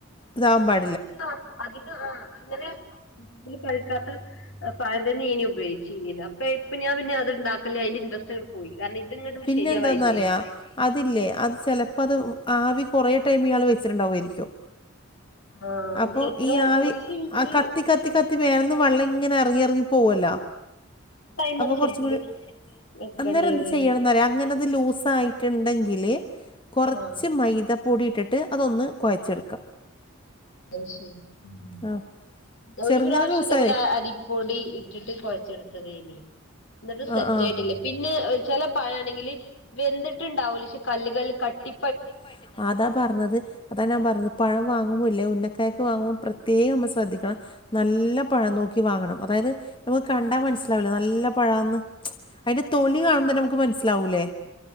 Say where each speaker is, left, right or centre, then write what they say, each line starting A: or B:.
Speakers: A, on the left; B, on the left.
A: ഇതാവും പാ
B: <unintelligible> അതിന് അങ്ങനെ ഒന്ന് പഴ്ക്കാത്ത ഏ പഴം തന്നേനി ഉപയോഗിച്ച് പിന്നീട് അപ്പ ഇപ്പ ഞാപിന്നെ അത് ണ്ടാക്കല് അയിന്റെ ഇൻട്രസ്റ്റങ്ങട്ട് പോയി. കാര്ണം ഇത്ങ്ങട്ട്
A: പിന്നെ
B: ശെരിയാവായിട്ടെ.
A: എന്താന്നറിയാ അതില്ലേ അത് ചെലപ്പത് ആവി കെറേ ടൈമ് ഇയാള് വെച്ചിട്ടുണ്ടാവു ആയിരിക്കും.
B: ആഹ്
A: അപ്പം
B: അത് എത്ര
A: ഈ ആവി
B: അഞ്ച് മിനിറ്റ്
A: ആഹ് കത്തി കത്തി കത്തി മേലന്ന് വെള്ളം ഇങ്ങനെ എറങ്ങി എറങ്ങി പോവല്ലാ.
B: ടൈം
A: അപ്പം
B: അത് ശരിക്ക്
A: കൊർച്ചുംകൂടി
B: വെക്കേണ്ടിയത്
A: അന്നേരം എന്ത് ചെയ്യണന്നറിയാ അങ്ങനെത് ലൂസായിട്ട്ണ്ടെങ്കില് കൊറച്ച്
B: ആഹ്
A: മൈദ പൊടി ഇട്ടി ട്ട് അതൊന്ന് കൊയച്ചെടുക്ക.
B: ദ ശെരി ഉം
A: ആ
B: ദ
A: ചെറുങ്ങനെ
B: ഒരു പ്രാവശ്യദെ
A: ലൂസായേ
B: പോലാ അരി പൊടി ഇട്ടിട്ട് കൊഴച്ചെട്ത്തതേനി. എന്ന്ട്ട്
A: ആ
B: സെറ്റായിട്ടില്ല.
A: ആ അത്
B: പിന്നേ ചെല പഴാണെങ്കില് വെന്ത്ട്ട്ണ്ടാവൂല ഷെ കല്ല് കല്ല് കട്ടി
A: കട്ടിപ്പായിട്ട് <unintelligible> അതാ പർഞ്ഞത്. അതാ ഞാപറഞ്ഞത് പഴം വാങ്ങുമ്പോ ഇല്ലേ ഉന്നക്കായക്ക് വാങ്ങുമ്പോ പ്രത്യേകമ്മൾ ശ്രദ്ധിക്കണം. നല്ല പഴം നോക്കി വാങ്ങണം. അതായത് നമുക്ക് കണ്ടാ മൻസ്ലാവ്‌ലെ നല്ല പഴാന്ന്. അയിന്റെ തൊലി കാണുമ്പെന്നെമുക്ക് മൻസ്സ്ലാവൂല്ലേ.